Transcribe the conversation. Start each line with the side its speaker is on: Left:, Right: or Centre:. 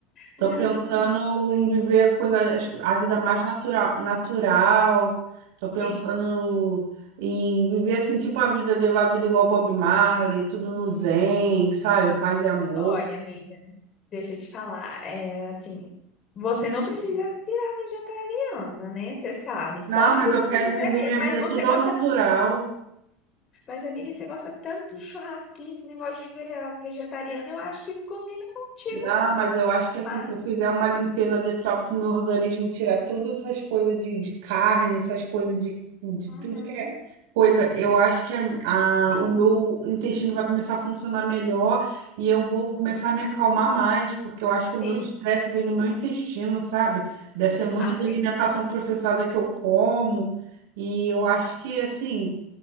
Right: tô
Left: Não,
Right: pensando
Left: amiga.
Right: em viver a coisa, as co- a vida mais natural, natural. Tô pensando
Left: Sim,
Right: em viver assim, tipo a vida, levar a vida igual Bob Marley, tudo no zen, sabe? Paz e amor.
Left: olha, amiga, deixa eu te falar. É assim, você não precisa virar vegetariana, né? Você sabe, só
Right: Não,
Left: se
Right: mas eu
Left: você
Right: quero
Left: quiser
Right: viver
Left: mesmo.
Right: minha
Left: Mas
Right: vida
Left: você
Right: tudo
Left: gosta
Right: ao natural.
Left: tanto. Mas, amiga, você gosta tanto do churrasquinho, esse negócio de virar vegetariana, eu acho que não combina contigo,
Right: Não,
Left: não.
Right: mas eu acho que assim,
Left: Mas,
Right: se eu fizer uma limpeza detox no meu organismo, tirar todas essas coisas de, de carne, essas coisas de, de
Left: uhum,
Right: tudo que é coisa, eu acho que a,
Left: sim,
Right: a- o meu intestino vai começar a funcionar melhor e eu vou começar a me acalmar mais, porque eu acho que o meu
Left: sim.
Right: estresse vem do meu intestino, sabe? Desse monte
Left: Ah,
Right: de
Left: tem.
Right: alimentação processada que eu como. E eu acho que assim,